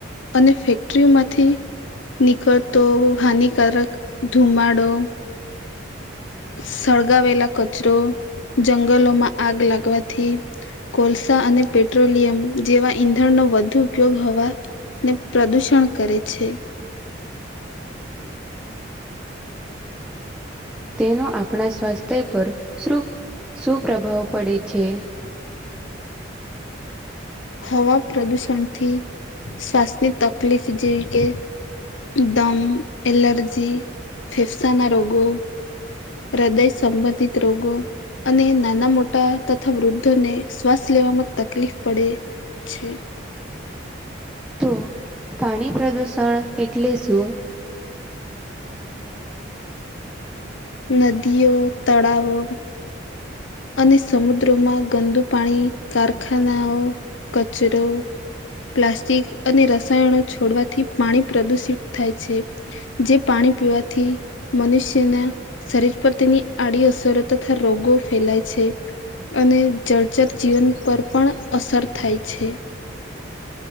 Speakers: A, on the left; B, in the centre.
A: અને ફેક્ટરીઓ માંથી નીકળતો હાનિકારક ધુમાડો સળગાવેલા કચરો, જંગલોમાં આગ લાગવાથી કોલસા અને પેટ્રોલિયમ જેવા ઈંધણનો વધુ ઉપયોગ હવા ને પ્રદૂષણ કરે છે.
B: તેનો આપણા સ્વાસ્થ્ય પર શ્રુ શું પ્રભાવ પડે છે?
A: હવા પ્રદુષણ થી શ્વાસની તકલીફ જેવી કે દમ, એલર્જી ફેફસાના રોગો, હૃદય સંબંધિત રોગો અને નાના-મોટા તથા વૃદ્ધોને શ્વાસ લેવામાં તકલીફ પડે છે.
B: તો પાણી પ્રદુષણ એટલે શું?
A: નદીઓ, તળાવો અને સમુદ્રોમાં ગંદુ પાણી, કારખાનાઓ, કચરો પ્લાસ્ટિક અને રસાયણો છોડવાથી પાણી પ્રદુષિત થાય છે. જે પાણી પીવાથી મનુષ્યના શરીર પર તેની આડી અસરો તથા રોગો ફેલાય છે અને જડચર જીવન પર પણ અસર થાય છે.